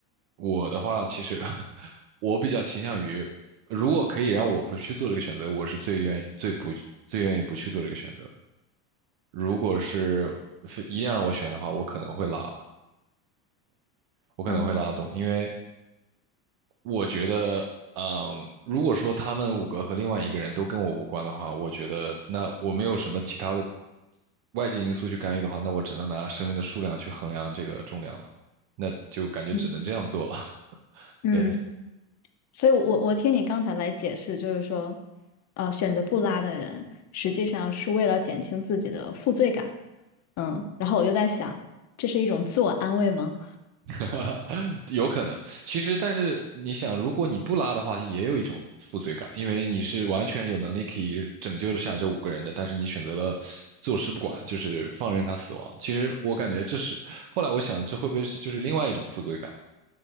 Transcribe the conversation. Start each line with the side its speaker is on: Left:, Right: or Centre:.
Right: 我的话，其实 <laughs> 我比较倾向于，如果可以让我不去做这个选择，我是最愿意、最不、最愿意不去做这个选择的。如果是非一定要让我选的话，我可能会拉，我可能会拉动，
Left: 啊
Right: 因为我觉得，嗯，如果说他们五个和另外一个人都跟我无关的话，我觉得那我没有什么其他的外界因素去干预的话，那我只能拿生命的数量去衡量这个重量了，那就感觉只能这样做了。
Left: 嗯
Right: <laughs>
Left: 嗯，
Right: 对，
Left: 所以我，我我听你刚才来解释，就是说，呃，选择不拉的人，实际上是为了减轻自己的负罪感。嗯，然后我就在想，这是一种自我安慰吗？
Right: <laughs> 有可能。其实，但是你想，如果你不拉的话，也有一种负罪感，因为你是完全有能力可以拯救下这五个人的，但是你选择了坐视不管，就是放任他死亡。其实我感觉这是，后来我想，这会不会是就是另外一种负罪感嘛？